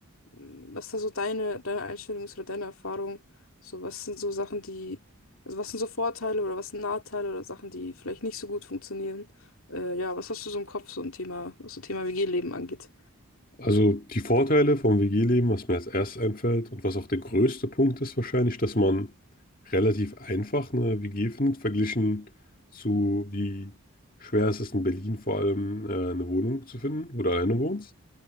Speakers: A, on the left; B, on the left.
A: mm, was da so deine, deine Einstellung ist oder deine Erfahrung. So, was sind so Sachen, die, also was sind so Vorteile oder was sind Nachteile oder Sachen, die vielleicht nicht so gut funktionieren? Äh, ja, was hast du so im Kopf, so ein Thema, was so Thema WG-Leben angeht?
B: Also die Vorteile vom WG-Leben, was mir als erstes einfällt und was auch der größte Punkt ist wahrscheinlich, dass man relativ einfach eine WG findet, verglichen zu wie schwer es ist in Berlin vor allem äh, eine Wohnung zu finden, wo du alleine wohnst.